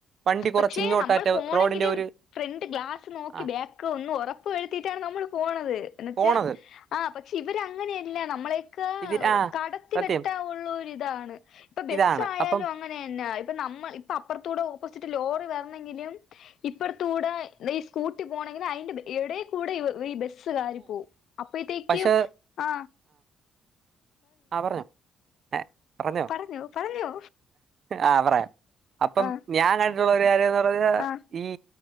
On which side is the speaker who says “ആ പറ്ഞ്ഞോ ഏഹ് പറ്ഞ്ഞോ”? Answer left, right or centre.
Right